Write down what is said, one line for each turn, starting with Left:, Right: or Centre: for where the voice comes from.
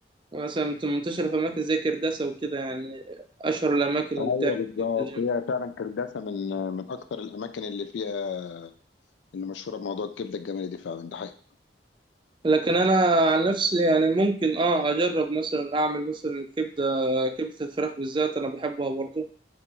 Right: مثلا بتبقى منتشرة في أماكن زي كرداسة وكده يعني أشهر الأماكن اللي
Left: ايوه
Right: بتعمل
Left: بالظبط
Right: كبدة جامد
Left: هي فعلا كرداسه من آه، من اكتر الاماكن اللي فيها اللي مشهوره بموضوع الكبده الجملي دي فعلا ده حقيقي
Right: لكن أنا عن نفسي يعني ممكن أه أجرب مثلا أعمل مثلا كبدة كبدة الفراخ بالذات أنا بحبها برضو